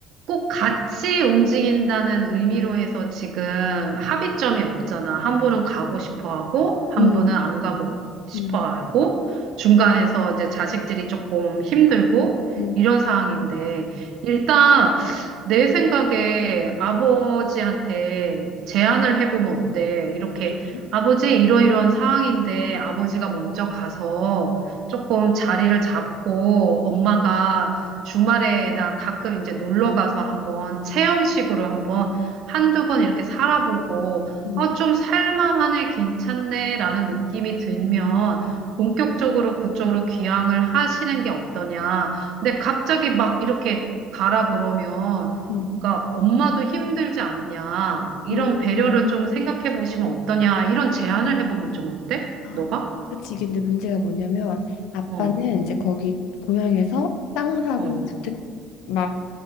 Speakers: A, on the right; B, on the left.
A: 꼭 같이 움직인다는 의미로 해서 지금 합의점이 없잖아. 한 분은 가고 싶어 하고, 한
B: 음,
A: 분은 안 가고 싶어
B: 음,
A: 하고, 중간에서 이제 자식들이 조금 힘들고,
B: 음,
A: 이런 상황인데, 일단 내 생각에 아버지한테 제안을 해보면 어때? 이렇게
B: 어떻게?
A: 아버지 이러이러한 상황인데 아버지가 먼저 가서 조금 자리를 잡고 엄마가 주말에 나 가끔 이제 놀러 가서 한번 체험식으로 한번 한두 번 이렇게 살아보고
B: 음,
A: 아, 좀 살만하네, 괜찮네 라는 느낌이 들면 본격적으로 그쪽으로 귀향을 하시는 게 어떠냐. 근데 갑자기 막 이렇게 가라 그러면
B: 음.
A: 그러니까 엄마도 힘들지 않냐. 이런
B: 음.
A: 배려를 좀 생각해 보시면 어떠냐. 이런 제안을 해보면 좀 어때?
B: 아,
A: 너가?
B: 그치. 이게 근데 문제가 뭐냐면 아빠는
A: 어,
B: 이제 거기 고향에서 땅 사고
A: 어.
B: 주택 막